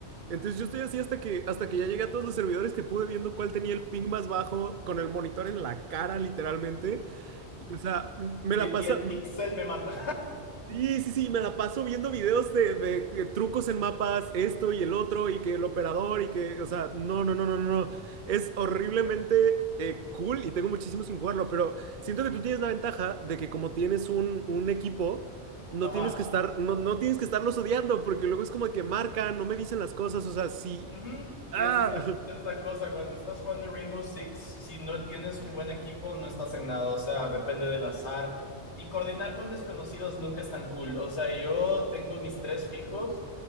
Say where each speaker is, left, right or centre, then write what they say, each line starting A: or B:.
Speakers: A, on the right; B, on the left.
A: Entonces yo estoy así hasta que, hasta que ya llegué a todos los servidores que pude viendo cuál tenía el ping más bajo, con el monitor en la cara literalmente. Y, O sea, me
B: Y,
A: la pasa.
B: y el pixel me mata.
A: Sí, sí, sí, me la paso viendo videos de, de- de trucos en mapas, esto y el otro, y que el operador, y que, o sea, no, no, no, no, no, no. es horriblemente eh, cool y tengo muchísimo sin jugarlo, pero siento que tú tienes la ventaja de que como tienes un, un equipo, no
B: <laughs> Ajá.
A: tienes que estar, no, no tienes que estarlos odiando, porque luego es como que marcan, no me dicen las cosas, o sea, sí,
B: Ujú,
A: ah,
B: Y esa es la, esa es la cosa, cuando estás jugando Rainbow Six, si no tienes un buen equipo, no estás en nada, o sea, depende del azar. Y coordinar con desconocidos nunca es tan cool, o sea, yo tengo mis tres fijos